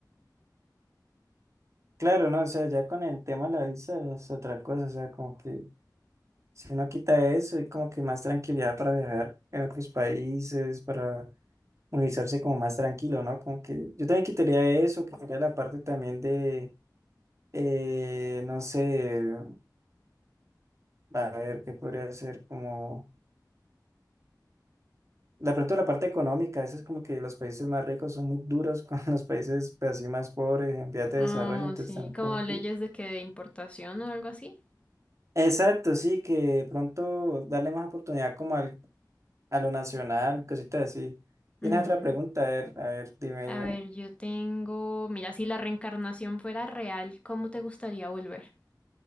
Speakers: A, on the right (about 45°); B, on the left (about 15°).
A: Claro, no, o sea, ya con el tema de la visa es otra cosa, o sea, como que si uno quita eso y como que más tranquilidad para viajar en otros países, para movilizarse como más tranquilo, ¿no? Como que yo también quitaría eso, quitaría la parte también de, eh, no sé, a ver, ¿qué podría ser? Como, de pronto la parte económica, eso es como que los países más ricos son muy duros <laughs> con los países pues, así más pobres en vías de
B: Oh,
A: desarrollo, entonces
B: sí,
A: también
B: como
A: como
B: leyes
A: que...
B: de que de importación o algo así.
A: Exacto, sí, que de pronto darle más oportunidad como al a lo nacional, cositas así. ¿Tienes
B: Ujú.
A: otra pregunta? A ver, a ver, dime,
B: A
A: dime.
B: ver, yo tengo, mira, si la reencarnación fuera real, ¿cómo te gustaría volver?